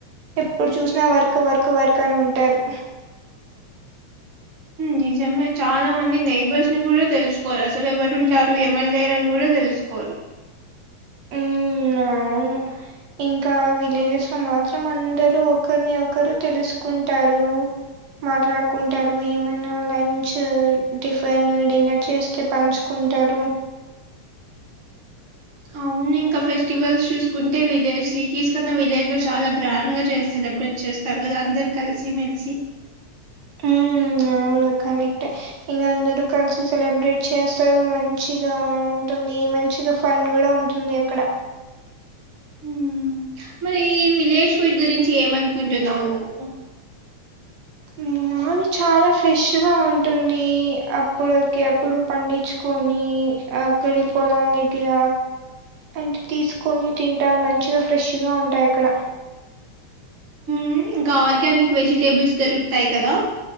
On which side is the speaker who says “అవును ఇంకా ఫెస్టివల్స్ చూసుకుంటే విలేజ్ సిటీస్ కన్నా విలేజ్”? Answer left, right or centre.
Right